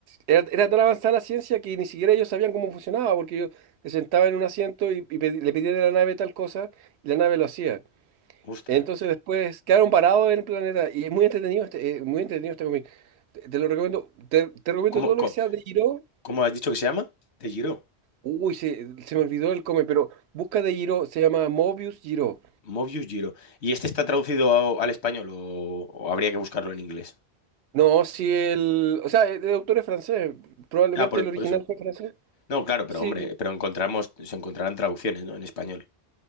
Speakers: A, on the right; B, on the left.
A: era, era tan avanzada la ciencia que ni siquiera ellos sabían cómo funcionaba, porque yo se sentaba en un asiento y, y pedi- le pedían a la nave tal cosa y la nave lo hacía.
B: Ostras.
A: Entonces después quedaron parados en el planeta y es muy entretenido este, eh, muy entretenido este cómic. Te, te lo recomiendo, te, te recomiendo
B: ¿Cómo,
A: todo
B: cómo,
A: lo que sea de Giro.
B: cómo has dicho que se llama? De Giro.
A: Uy, se, se me olvidó el cómic, pero busca de Giro, se llama Mobius Giro.
B: Mobius Giro. ¿Y este está traducido a- al español o o habría que buscarlo en inglés?
A: No, si el. O sea, el, el autor es francés. Probablemente
B: Ah, por,
A: el original
B: por eso.
A: fue francés.
B: No, claro, pero
A: Sí.
B: hombre, pero encontramos, se encontrarán traducciones, ¿no? En español,